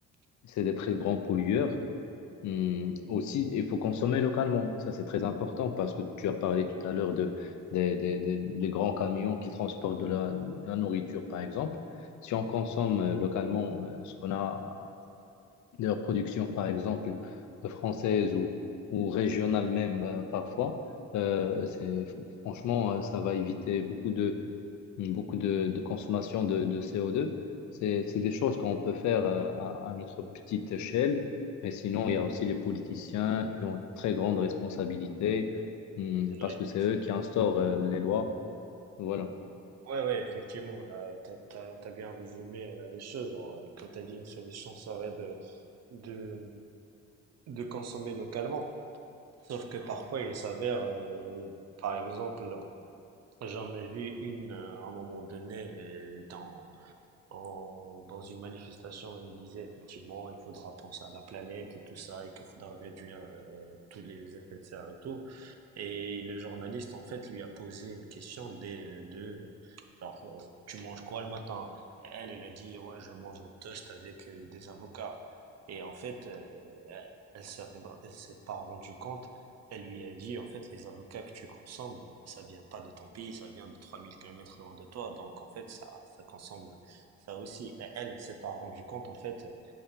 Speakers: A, on the left; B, on the right.
A: c'est des très grands pollueurs. Hum, aussi, il faut consommer localement. Ça, c'est très important parce que tu as parlé tout à l'heure de, des des- des- des grands camions qui transportent de la, la nourriture, par exemple. Si on consomme euh, localement euh, ce qu'on a de la production, par exemple, euh, française ou, ou régionale même euh, parfois, euh, c'est, franchement, euh, ça va éviter beaucoup beaucoup de, de consommation de, de CO2. C'est, c'est des choses qu'on peut faire euh, à, à notre petite échelle, mais sinon, il y a aussi les politiciens qui ont très grande responsabilité hum,
B: Oui,
A: parce que c'est eux qui instaurent euh, les lois. Voilà.
B: ouais, ouais, effectivement, là, t'as, t'as, t'as bien résumé euh, les choses. hein. Et Comme t'as dit, une solution serait de, de, de consommer localement. Sauf que parfois, il s'avère, euh, par exemple, j'en ai vu une euh, à un moment donné, euh, étant en- dans une manifestation, il disait effectivement, il faudra penser à la planète et tout ça, et qu'il faudra réduire euh, tous les effets de serre et tout. Et le journaliste, en fait, lui a posé une question des- de, genre, euh, tu manges quoi le matin? Et Elle, elle a dit, ouais, je mange un toast avec euh, des avocats. Et en fait, euh, elle, elle s'est elle s'est pas rendue compte. Elle lui a dit, en fait, les avocats que tu consommes, ça vient pas de ton pays, ça vient de 3000 kilomètres loin de toi. Donc, en fait, ça, ça consomme ça aussi, et elle ne s'est pas rendu compte en fait euh,